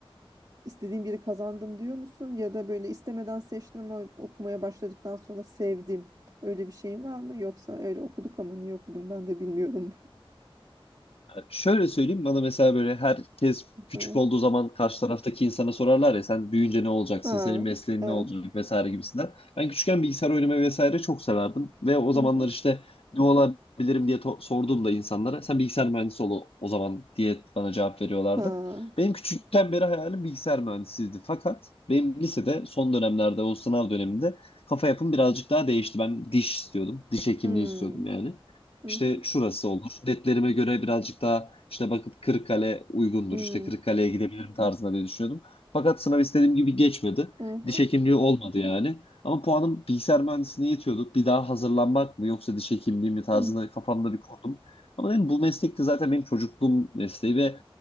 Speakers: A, on the right (about 45°); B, on the left (about 75°).
A: istediğim yeri kazandım diyor musun? Ya da böyle istemeden seçtim ama okumaya başladıktan sonra sevdim öyle bir şeyin var mı? Yoksa öyle okuduk ama niye okudum ben de bilmiyorum.
B: Şöyle söyleyeyim bana mesela böyle herkes
A: <laughs>
B: küçük
A: Hı.
B: olduğu zaman karşı taraftaki insana sorarlar ya sen büyüyünce ne olacaksın,
A: Ha
B: senin mesleğin
A: evet.
B: ne olacak vesaire gibisinden. Ben küçükken bilgisayar oynamayı vesaire çok severdim ve o zamanlar
A: Hı hı.
B: işte ne olabilirim diye to- sorduğumda insanlara sen bilgisayar mühendisi ol o o zaman diye bana cevap veriyorlardı.
A: Ha.
B: Benim küçükten beri hayalim bilgisayar mühendisiydi. Fakat benim lisede son dönemlerde o sınav döneminde kafa yapım birazcık daha değişti. Ben diş istiyordum. Diş hekimliği
A: Hmm,
B: istiyordum yani.
A: Hı
B: İşte
A: hı.
B: şurası olur. Netlerime göre birazcık daha işte bakıp Kırıkkale uygundur.
A: Hmm.
B: İşte Kırıkkale'ye gidebilirim tarzında diye düşünüyordum. Fakat sınav istediğim gibi geçmedi.
A: Hı hı.
B: Diş hekimliği olmadı yani. Ama puanım bilgisayar mühendisliğine yetiyordu. Bir daha hazırlanmak mı yoksa diş hekimliği mi tarzında
A: Hı
B: kafamda bir kurdum. Ama dedim bu meslek de zaten benim çocukluğum mesleği ve